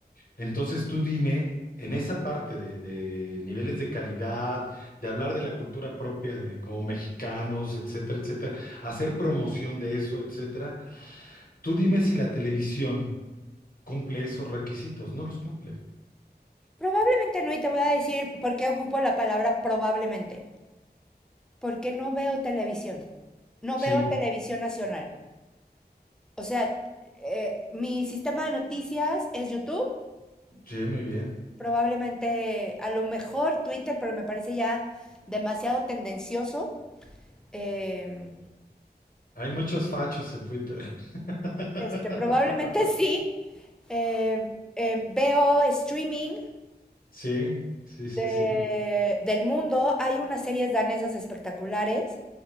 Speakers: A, on the left; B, in the centre.
A: Entonces tú dime, en esa parte de, de niveles de calidad, de hablar de la cultura propia de como mexicanos, etcétera, etcétera, hacer promoción de eso, etcétera, tú dime si la televisión cumple esos requisitos, no los cumple.
B: Probablemente no, y te voy a decir por qué ocupo la palabra probablemente. Porque no veo televisión. No
A: Sí,
B: veo televisión nacional. O sea, eh, mi sistema de noticias es YouTube
A: sí, muy bien.
B: Probablemente, a lo mejor Twitter, pero me parece ya demasiado tendencioso. Eh,
A: Hay muchos fachos en Twitter. <laughs>
B: este, probablemente sí. Eh, eh, veo streaming
A: Sí, sí, sí,
B: de,
A: sí.
B: del mundo. Hay unas series danesas espectaculares.